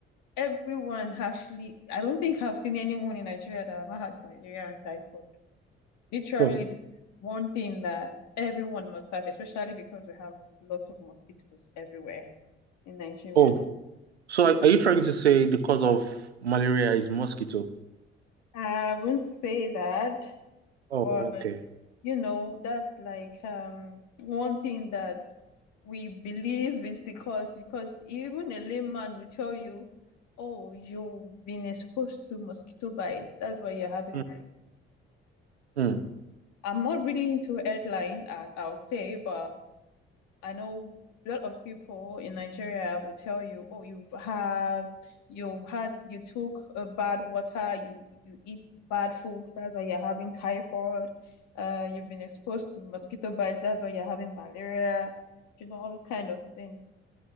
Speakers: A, on the left; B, on the right.
A: everyone actually, I don't think I've seen anyone in Nigeria that has not had malaria and typhoid. Literally,
B: So,
A: this is one thing that everyone must have, especially because we have lots of mosquitoes everywhere in Nigeria.
B: oh, so are, are you trying to say the cause of malaria is mosquito?
A: I wouldn't say that, but
B: Oh, okay.
A: you know, that's like um one thing that we believe is the cause because even a layman will tell you, oh, you've been exposed to mosquito bites. That's why you're having
B: Hmm. hmm.
A: I'm not really into airline, as I would say, but I know a lot of people in Nigeria would tell you, oh, you've had, you've had, you took uh, bad water, you you eat bad food, that's why you're having typhoid. Uh, you've been exposed to mosquito bites, that's why you're having malaria. You know, all those kind of things.